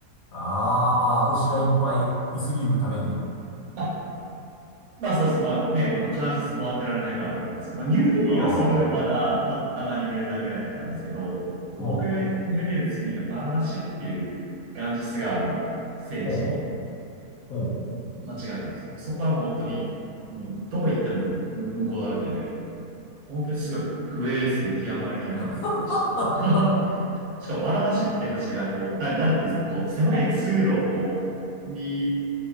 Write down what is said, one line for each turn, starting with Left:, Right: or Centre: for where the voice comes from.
Left: ああ、牛がいっぱいいすぎるために。
Right: まあ、まあそうですね。まあね、まあ必ずずっと回ってられないからと思うんですけど、まあニューデリーはそれでもまだ、
Left: ああ、
Right: まあたまに見るだけだったんですけど、僕がニューデリーの次に行ったバラナシっていうガンジス川の聖地の
Left: ほう、ほう、ほう。
Right: 街があるんですよ。そこはもう本当に、もうどこ行ってもうんうんこだらけで、本当にすごい不衛生極まりない環境でした。
Left: <laughs>
Right: <laughs> しかもバラナシって街がこう、な、なんてこう狭い通路をこう、に、